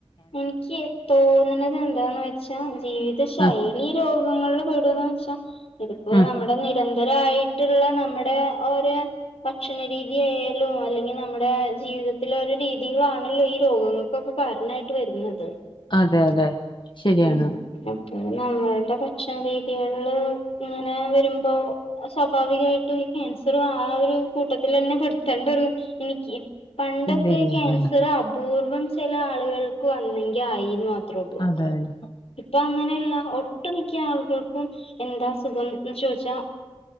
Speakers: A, on the left; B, on the left.
A: എനിക്ക് തോന്നണത് എന്താന്ന് വെച്ചാ ജീവിത ശൈലിയിലോ
B: ആ
A: രോഗങ്ങളില് പേടൊന്നു വെച്ചാ ഇതിപ്പോ
B: ഉം
A: നമ്മുടെ നിരന്ത ന്തരായിട്ടുള്ള നമ്മുടെ ഓരെ ഭക്ഷണരീതിയായാലും അല്ലെങ്കി നമ്മുടെ ജീവിതത്തിലെ ഓരോ രീതികളാണല്ലോ ഈ രോഗങ്ങൾ ക്കൊക്കെ കാരണായിട്ട് വരുന്നത്
B: അതെ അതെ ശരിയാണ്
A: ഉം അപ്പൊനമ്മൾടെഭക്ഷണരീതികൾള് ഇങ്ങനെവെരുമ്പോ അഹ് സ്വാഭാവികയായിട്ട് ഈ ക്യാൻസറും ആഒരുകൂട്ടത്തിലന്നെ പെടുത്തേണ്ടൊരു ഇൻക്കി പണ്ടൊക്കെ
B: ഇതന്നെയാണല്ലോ
A: ഈക്യാൻസറ് അപൂർവം ചെലആള്കൾക്കുവന്നെങ്കിആയിന്ന് മാത്രഒള്ളൂ
B: അതായി
A: ഇപ്പൊഅങ്ങനെയല്ല ഒട്ടുമിക്ക്യ ആളുകൾക്കും എന്താഅസുഖംചോയ്ച്ചാ